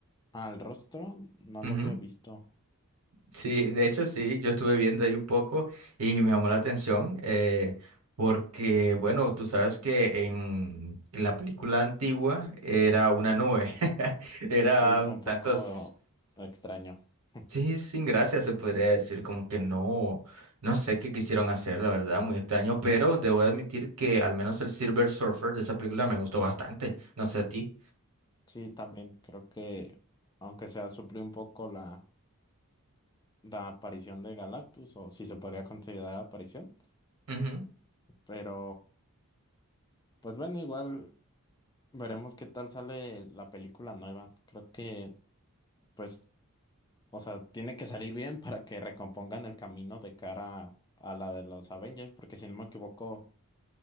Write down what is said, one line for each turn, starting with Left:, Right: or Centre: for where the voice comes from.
Left: Al rostro no
Right: Ujú.
Left: lo había visto.
Right: Sí, de hecho sí, yo estuve viendo ahí un poco y me llamó la atención eh, porque, bueno, tú sabes que en, en la película antigua era una nube, <laughs> era
Left: Sí, fue
Right: un
Left: un
Right: tantos...
Left: poco extraño. <laughs>
Right: Sí, sin gracia se podría decir, como que no, no sé qué quisieron hacer, la verdad, muy extraño, pero debo admitir que al menos el Silver Surfer de esa película me gustó bastante, no sé a ti.
Left: Sí, también creo que, aunque sea, suplió un poco la, la aparición de Galactus, o si se podría considerar aparición.
Right: Ujú.
Left: Pero, pues bueno, igual veremos qué tal sale la película nueva. Creo que, pues, o sea, tiene que salir bien <laughs> para que recompongan el camino de cara a la de los Avengers, porque si no me equivoco,